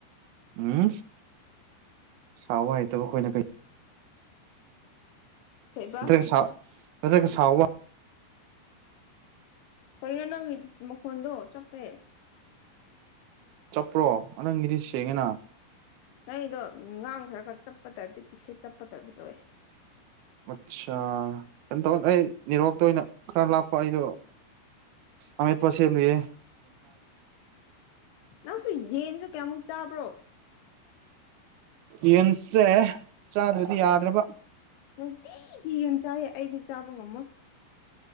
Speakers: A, on the right (about 80°); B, on the left (about 75°).
A: ꯎꯝ ꯆꯥꯎꯕ ꯍꯩꯇꯕ ꯑꯩꯈꯣꯏꯅ ꯀꯩ
B: ꯀꯩꯕ
A: ꯅꯠꯇ꯭ꯔꯒ ꯁ ꯅꯠꯇ꯭ꯔꯒ ꯁꯥꯎꯕ
B: ꯀꯅ ꯅꯪꯒꯤ ꯃꯈꯣꯟꯗꯣ ꯆꯠꯄꯦ
A: ꯆꯠꯄ꯭ꯔꯣ ꯅ ꯅꯪꯒꯤꯗꯤ ꯁꯦꯡꯉꯦꯅ
B: ꯅꯗꯣ ꯉꯥꯡ ꯈ꯭ꯔ ꯈ ꯆꯠꯄ ꯇꯥꯏꯞꯇ ꯀꯤꯁꯦꯠ ꯆꯠꯄ ꯇꯥꯏꯞꯕ ꯇꯧꯏꯦ
A: ꯑꯠꯆꯥ ꯀꯃꯇꯑꯣꯟ ꯑꯩ ꯅꯤꯔꯣꯛꯇ ꯑꯣꯏꯅ ꯈꯔ ꯂꯥꯞꯄ ꯑꯩꯗꯣ ꯑꯃꯦ ꯄꯁꯂꯌꯦ
B: ꯅꯪꯁꯨ ꯌꯦꯟꯁꯨ ꯀꯌꯥꯃꯨꯛ ꯆꯥꯕ꯭ꯔꯣ
A: ꯌꯦꯟꯁꯁꯦ ꯆꯥꯗ꯭ꯔꯗꯤ ꯌꯥꯗ꯭ꯔꯕ
B: ꯅꯨꯡꯇꯤꯗꯤ ꯌꯨꯝ ꯆꯥꯏꯌꯦ ꯑꯩꯗꯤ ꯆꯥꯕ ꯉꯝꯃꯣꯏ